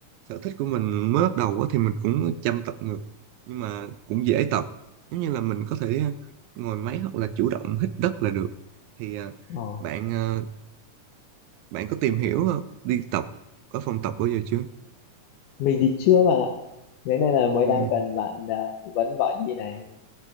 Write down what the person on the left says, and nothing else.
Ờ.
mình thì chưa bạn ạ thế nên là mới
đang cần bạn à, tư vấn gọi đi này